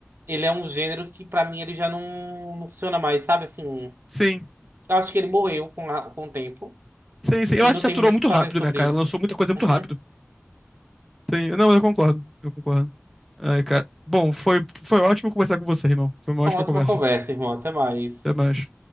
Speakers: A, on the right; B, in the centre.
A: Ele é um gênero que pra mim ele já não, não funciona mais, sabe? Assim, eu
B: Sim,
A: acho que ele morreu com, a- com o tempo
B: sim, sim. Eu
A: e
B: acho
A: não
B: que saturou
A: tem muito
B: muito
A: o que fazer
B: rápido,
A: sobre
B: né, cara?
A: isso.
B: Lançou muita coisa muito
A: Uhum.
B: rápido. Sim, não, eu concordo, eu concordo. Ai, cara. Bom, foi, foi ótimo conversar com você, irmão. Foi uma ótima
A: Uma ótima
B: conversa.
A: conversa, irmão. Até mais.
B: Até mais.